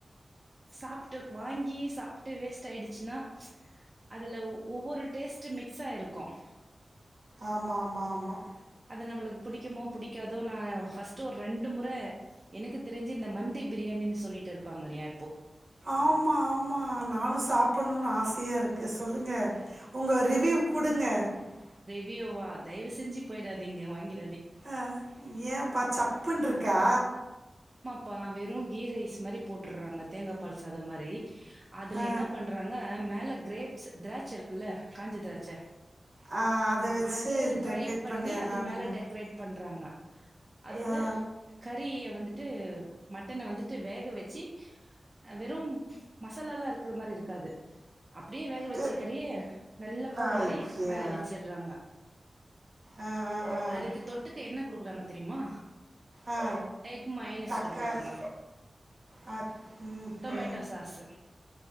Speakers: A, on the right (about 35°); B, on the right (about 65°).
A: சாப்பட்டு வாங்கி சாப்பிட்டு வேஸ்ட் ஆயிடுச்சுன்னா அதுல ஒவ்வொரு டேஸ்ட்டும் மிக்ஸாகி இருக்கும்
B: ஆமாம் ஆமாம் ஆமாம்
A: அது நம்மளுக்கு பிடிக்குமோ பிடிக்காதோ நான் ஃபர்ஸ்ட்டு ஒரு ரெண்டு முறை எனக்கு தெரிஞ்சு இந்த மந்தி பிரியாணின்னு சொல்லிட்டு இருப்பாங்கல்லையா
B: ஆமா ஆமா நானும் சாப்பிடணும்னு ஆசையா இருக்கு சொல்லுங்க உங்க ரிவியூ கொடுங்க ஆ
A: ரிவியூவா தயவு செஞ்சு போயிடாதீங்க வாங்கிட்டு
B: அஹ் ஏன் பா சப்புனு இருக்கா
A: பா வெறும் கீ ரைஸ் மாதிரி போட்டுடுறாங்க தேங்காய்பால் சாதம் அது மாதிரி அதுல
B: ஆ
A: என்ன பண்றாங்க மேல கிரேப்ஸ் திராட்சை இருக்குல்ல காஞ்ச திராட்சை
B: ஆ அதை வச்சு
A: அது ட்ரை
B: டெக்கரேட்
A: பண்ணி
B: பண்ணிடுறானுங்க
A: அது மேல டெக்கரேட் பண்றாங்க அதோட
B: ஆ
A: கறி வந்துட்டு மட்டனை வந்துட்டு வேக வச்சு வெறும் மசாலல்லாம் இருக்கு இருக்கிற மாதிரி இருக்காது அப்படியே வேக வச்சுக்கறியே
B: து
A: நல்ல பூ
B: ஐயா
A: மாதிரி மேலே வச்சடுறாங்க
B: ஆ ஆ ஆ
A: அதுக்கு தொட்டுக்கு என்ன கொடுக்குறாங்க தெரியுமா
B: ஆ
A: எக் மைனஸ்
B: தக்காளி
A: கொடுக்குறாங்க
B: ஆ ம்
A: டொமேட்டோ
B: ம்
A: சாஸு